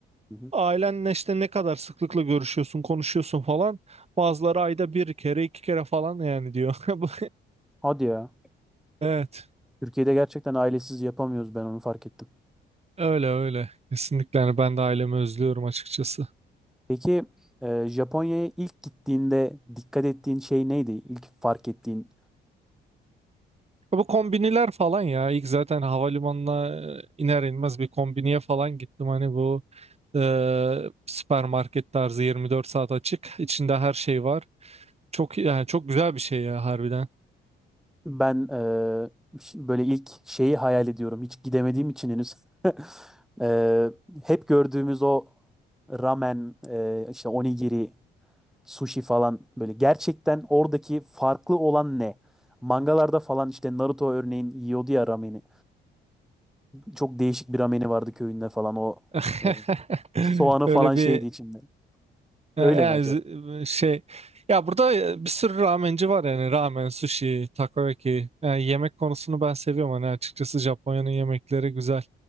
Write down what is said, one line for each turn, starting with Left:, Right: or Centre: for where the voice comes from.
Centre: Hı hı.
Right: Ailenle işte ne kadar sıklıkla görüşüyorsun, konuşuyorsun falan. Bazıları ayda bir kere, iki kere falan yani diyor. <laughs> Bu-
Centre: Hadi ya.
Right: Evet.
Centre: Türkiye'de gerçekten ailesiz yapamıyoruz ben onu fark ettim.
Right: Öyle öyle. Kesinlikle yani ben de ailemi özlüyorum açıkçası.
Centre: Peki e, Japonya'ya ilk gittiğinde dikkat ettiğin şey neydi? İlk fark ettiğin
Right: Bu kombiniler falan ya ilk zaten havalimanına e, iner inmez bir kombiniye falan gittim hani bu e, süpermarket tarzı 24 saat açık içinde her şey var çok yani çok güzel bir şey ya harbiden
Centre: ben e, ş- böyle ilk şeyi hayal ediyorum. Hiç gidemediğim için henüz. <laughs> E, hep gördüğümüz o ramen, e, işte onigiri, sushi falan böyle gerçekten oradaki farklı olan ne? Mangalarda falan işte Naruto örneğin yiyordu ya rameni. Çok değişik bir rameni vardı köyünde falan o
Right: <laughs>
Centre: e, soğanı
Right: öyle
Centre: falan
Right: bir
Centre: şeydi içinde.
Right: e,
Centre: Öyle
Right: yani
Centre: mi acaba?
Right: z- e, şey ya burada e, bir sürü ramenci var yani ramen sushi takoyaki yani yemek konusunu ben seviyorum hani açıkçası Japonya'nın yemekleri güzel.